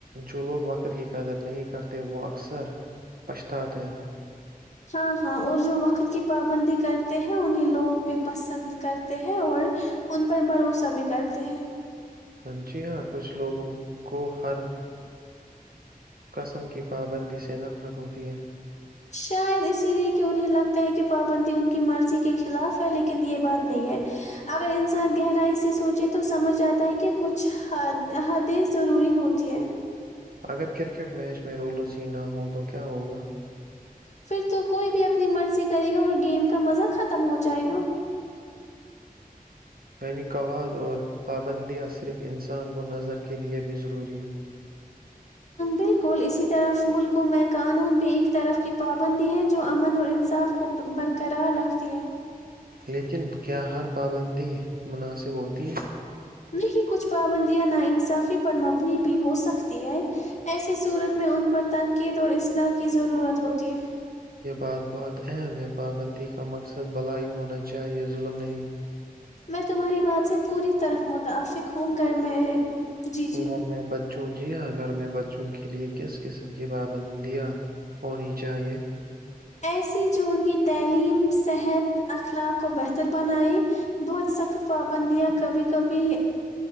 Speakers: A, on the right (about 75°); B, on the left (about 50°).
A: جو لوگ وقت کی قدر نہیں کرتے وہ اکثر پچھتاتے ہیں
B: ہاں ہاں اور جو وقت کی پابندی کرتے ہیں انہیں لوگ بھی پسند کرتے ہیں اور ان پر بھروسہ بھی کرتے ہیں
A: جی ہاں کچھ لوگوں کو ہر قسم کی پابندی سے نفرت ہوتی ہے
B: شاید اسی لیے کہ انہیں لگتا ہے کہ پابندی ان کی مرضی کے خلاف ہے لیکن یہ بات نہیں ہے اگر انسان گہرائی سے سوچے تو سمجھ آتا ہے کہ کچھ حدیث ضروری ہوتی ہے
A: اگر کرکٹ میچ میں رولز نہ ہو تو کیا ہوگا
B: پھر تو کوئی بھی اپنی مرضی کرے گا اور گیم کا مزہ ختم ہو جائے گا
A: یعنی قواد اور پابندیاں صرف انسان کو نظر کے لئے بھی ضروری ہے
B: بالکل اسی طرف ملکوں میں قانون بھی ایک طرف کی پابندی ہے امن اور انصاف کو برقرار رکھتی ہے
A: لیکن کیا ہر پابندی مناسب ہوتی ہے
B: نہیں کچھ پابندیاں نا انصافی پر مبنی بھی ہو سکتی ہے ایسی صورت میں ان پر تنقید اور اصلاح کی ضرورت ہوتی ہے
A: یہ بات بہت اہم ہے پابندی کا مقصد بھلائی ہونا چاہیے ظلم نہیں
B: میں تمہاری بات سے پوری طرف متفق ہوں گھر میں جی جی
A: گھر میں بچوں جی ہاں گھر میں بچوں کے لیے کس قسم کی پابندیاں ہونی چاہیے
B: ایسی جو ان کی تعلیم صحت اخلاق کو بہتر بنائیں بہت سخت پابندیاں کبھی کبھی